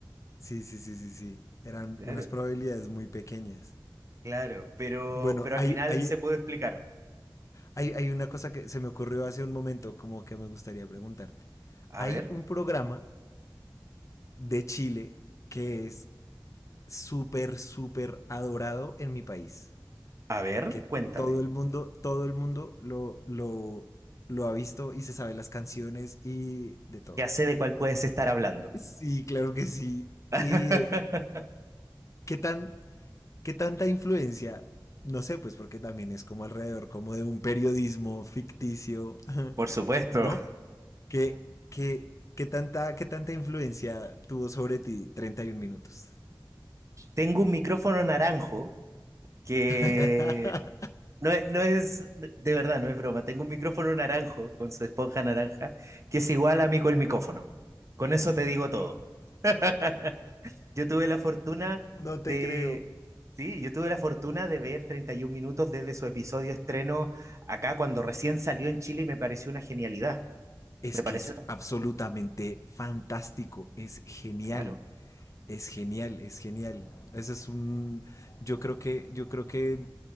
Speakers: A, on the left (about 40°); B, on the right (about 40°).
A: Sí, sí, sí, sí, sí. Eran
B: Claro.
A: unas probabilidades muy pequeñas.
B: Claro, pero,
A: Bueno,
B: pero
A: hay,
B: al final
A: hay,
B: se puede explicar.
A: hay, hay una cosa que se me ocurrió hace un momento, como que me gustaría preguntarte.
B: A
A: Hay
B: ver,
A: un programa de Chile que es súper, súper adorado en mi país.
B: a ver,
A: Que
B: cuéntame.
A: todo el mundo, todo el mundo lo, lo, lo ha visto y se sabe las canciones y de todo.
B: Ya sé de cuál puedes estar hablando.
A: Sí, claro que sí.
B: <laughs>
A: ¿Y qué tan ¿Qué tanta influencia? No sé, pues porque también es como alrededor, como de un periodismo ficticio, <laughs>
B: Por supuesto.
A: ¿no? ¿Qué, qué, qué tanta, qué tanta influencia tuvo sobre ti 31 minutos?
B: Tengo un micrófono naranjo que
A: <laughs>
B: No es, no es, de verdad, no es broma. Tengo un micrófono naranjo con su esponja naranja que es igual a mí con el micrófono. Con eso te digo todo. <laughs> Yo tuve la fortuna
A: no te
B: de...
A: creo.
B: Sí, yo tuve la fortuna de ver 31 minutos desde su episodio estreno acá cuando recién salió en Chile y me pareció una genialidad.
A: Es
B: Me pareció
A: que es
B: una...
A: absolutamente fantástico, es genial,
B: Claro.
A: es genial, es genial. Eso es un, yo creo que, yo creo que